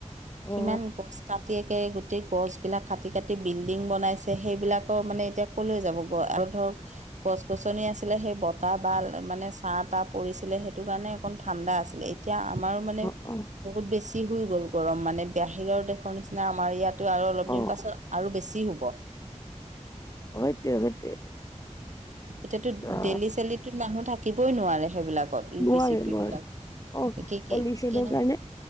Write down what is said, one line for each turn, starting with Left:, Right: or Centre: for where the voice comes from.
Right: কিমান
Left: অ
Right: গছ কাটি একে গোট গোটেই গছবিলাক কাটি -কাটি বিল্ডিং বনাইছে সেইবিলাকৰ মানে এতিয়া ক'লৈ যাবগৈ আৰু ধৰক গছ -গছনি আছিলে সেই বতাহ বা মানে ছাঁ তাহ পৰিছিলে সেইটো কাৰণে অকণ ঠাণ্ডা আছিলে এত এতিয়া আমাৰো মানে
Left: অহ',
Right: বহুত বেছি হৈ গ'ল গৰম মানে বাহিৰৰ দেশৰ নিচিনা আমাৰ ইয়াতো আৰু অলপ
Left: অ অ
Right: দিন পাছত আৰু বেছি হোব।
Left: অহ, এইটোৱে সেইটোৱে।
Right: এতিয়াতো
Left: অ
Right: দেইলি চেইলিত টো মানুহ থাকিবই নোৱাৰে সেইবিলাক। কত ইউ
Left: নোৱাৰে
Right: পি চি পি
Left: নোৱাৰে
Right: বিলাক
Left: অ
Right: একে -একে
Left: পলিউচনৰ
Right: কেনে
Left: কাৰণে